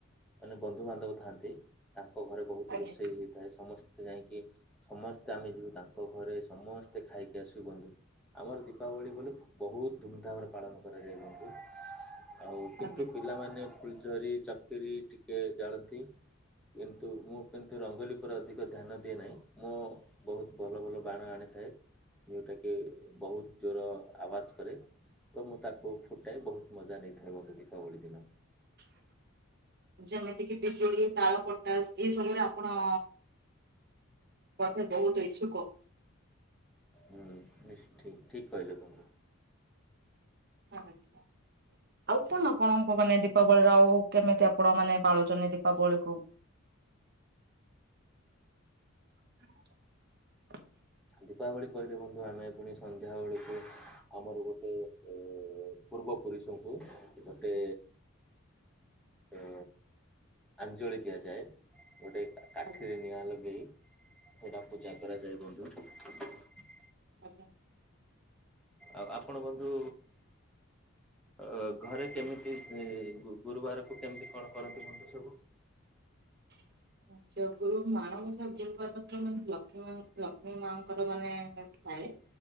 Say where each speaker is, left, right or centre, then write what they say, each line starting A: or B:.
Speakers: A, in the centre; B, on the right.
A: ମାନେ ବନ୍ଧୁବାନ୍ଧବ ଥାନ୍ତି। ତାଙ୍କ ଘରେ ବହୁତ
B: ଆଜ୍ଞା
A: ରୋଷେଇ ହେଇଥାଏ। ସମସ୍ତେ ଯାଇକି ସମସ୍ତେ ଆମେ ଯିବୁ ତାଙ୍କ ଘରେ ସମସ୍ତେ ଖାଇକି ଆସିବୁ ବନ୍ଧୁ ଆମର ଦୀପାବଳି ବୋଲେ ବହୁତ ଧୁମଧାମରେ ପାଳନ କରାଯାଏ ବନ୍ଧୁ। ଆଉ କିନ୍ତୁ
B: ଆଜ୍ଞା।
A: ପିଲାମାନେ ଫୁଲଝରି, କିରି ଟିକେ ଜାଳନ୍ତି। କିନ୍ତୁ ମୁଁ କିନ୍ତୁ ରଙ୍ଗୋଲି ଉପରେ ଅଧିକ ଧ୍ୟାନ ଦିଏ ନାହିଁ। ମୁଁ ବହୁତ ଭଲ ଭଲ ବାଣ ଆଣି ଥାଏ। ଯୋଉଟା କି ବହୁତ ଜୋର ଆବାଜ କରେ ତ ମୁଁ ତାକୁ ଫୁଟାଏ ବହୁତ ମଜା ନେଇଥାଏ ବନ୍ଧୁ ଦୀପାବଳି ଦିନ।
B: <inaudible> ଯେମିତି କିି ବିଜୁଳି, ତାଳ ପଟାସ ଏଇ ସବୁରେ ଆପଣ ବୋଧେ ବହୁତ ଇଚ୍ଛୁକ।
A: ହୁଁ ନି ଠି ଠିକ କହିଲେ ବନ୍ଧୁ।
B: <unintelligible> ଆଉ କଣ ଆପଣଙ୍କୁ ମାନେ ଦୀପାବଳିର ଆଉ କେମିତି ଆପଣ ମାନେ ପାଳୁଛନ୍ତି ଦୀପାବଳିକୁ। <inaudible> <inaudible>
A: ଦୀପାବଳି କହିଲେ ବନ୍ଧୁ ଆମେ ପୁଣି ସନ୍ଧ୍ୟାବେଳକୁ ଆମର ଗୋଟେ ଏ ପୂର୍ବ ପୁରୁଷଙ୍କୁ ଗୋଟେ ତ ଆଞ୍ଜଳି ଦିଆଯାଏ। ଗୋଟେ କାଠିରେ
B: ଆଜ୍ଞା
A: ନିଆଁ ଲଗେଇ ଏଇଟା ପୂଜା କରାଯାଏ ବନ୍ଧୁ।
B: ଆଜ୍ଞା।
A: ଆଉ ଆପଣ ବନ୍ଧୁ ଅ ଘରେ କେମିତି ଇ ଗୁ ଗୁରୁବାରକୁ କେମିତି କଣ କରନ୍ତି ବନ୍ଧୁ ସବୁ?
B: <inaudible> ଆଛା ଗୁରୁ ମାଣବସା ଗୁରୁବାର ତ ମାନେ ଲକ୍ଷ୍ମୀମା ଲକ୍ଷ୍ମୀମାଆଙ୍କର ମାନେ ଏ ଥାଏ